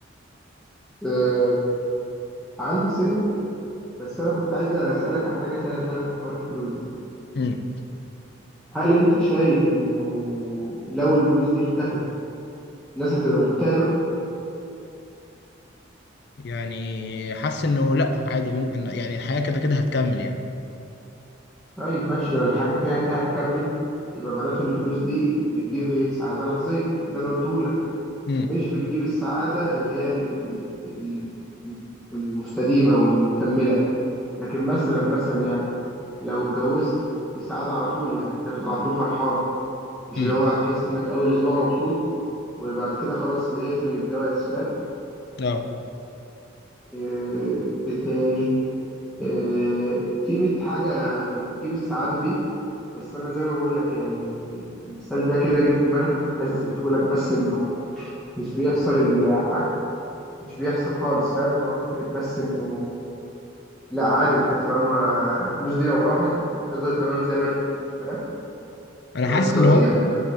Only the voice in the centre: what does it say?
آه عندي سنة بس أنا كنت عايز أسألك عن حاجة تانية طيب في حوار الفلوس ده
هل أنت شايف إنه لو الفلوس دي اختفت الناس هتبقى مكتئبة؟
طيب ماشي لو الحاجة كده كده هتكمل يبقى معناته إن الفلوس دي بتجيب إيه سعادة لحظية ده اللي أنا قلته لك
مش بتجيب السعادة اللي هي ال ال ال ال- المستديمة والمكملة لكن مثلا مثلا يعني لو اتجوزت دي سعادة على طول يعني هتفضل على طول فرحان مش
اللي هو هتحس إنك أول أسبوع مبسوط وبعد كده خلاص زهقت من الجواز فاهم؟
إيه إيه تاني آه، في 100 حاجة بتجيب السعادة دي بس أنا زي ما بقول لك يعني المثال ده كده جه في دماغي فكنت عايز أثبته لك بس إنه مش بيحصل الحاجة مش بيحصل خالص فاهم اللي هو فكرة بس إنه لا عادي أنت طالما الفلوس دي لو راحت أنت هتفضل تمام زي ما أنت فاهم أنت
بس
يعني